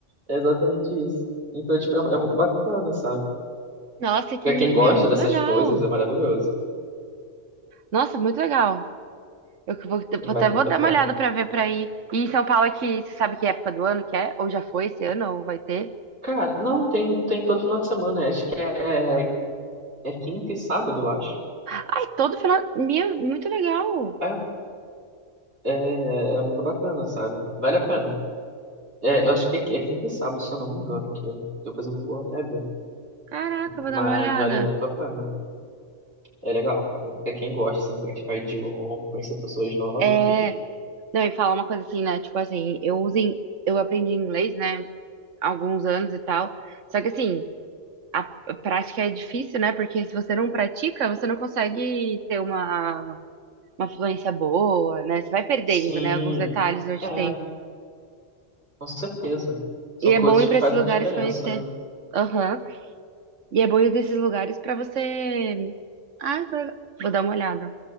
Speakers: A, on the right; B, on the right.
A: É exatamente isso. Então, tipo, é, é muito bacana, sabe?
B: Nossa, que,
A: Pra quem
B: meu,
A: gosta
B: muito
A: dessas
B: legal.
A: coisas, é maravilhoso.
B: Nossa, muito legal. Eu que vou,
A: Vale
B: vou até
A: muito
B: vou dar
A: a pena.
B: uma olhada pra ver pra ir. E em São Paulo, é que você sabe que época do ano que é? Ou já foi esse ano, ou vai ter?
A: Cara, não, tem, tem todo final de semana, acho que é, é quinta e sábado, eu acho.
B: Ai, todo final. Meu, muito legal.
A: É, é, é é muito bacana, sabe? Vale a pena. É, eu acho que é, qui- é quinta e sábado, se eu não me engano, que eu, depois eu vou até ver.
B: Caraca, eu vou
A: Mas
B: dar uma olhada.
A: vale muito a pena. É legal, cara. Pra quem gosta, assim, praticar idioma, conhecer pessoas novas,
B: É.
A: bicho.
B: Não, e falar uma coisa assim, né? Tipo assim, eu uso em... eu aprendi inglês, né? há Alguns anos e tal. Só que assim, a a prática é difícil, né? Porque se você não pratica, você não consegue ter uma, uma fluência boa, né? Você vai perdendo,
A: Sim,
B: né? Alguns detalhes durante
A: é,
B: o tempo.
A: com certeza. São
B: E é
A: coisas
B: bom ir
A: que
B: pra
A: fazem
B: esses lugares
A: diferença,
B: conhecer.
A: né?
B: Aham. E é bom ir nesses lugares pra você. Ah, tô- vou dar uma olhada.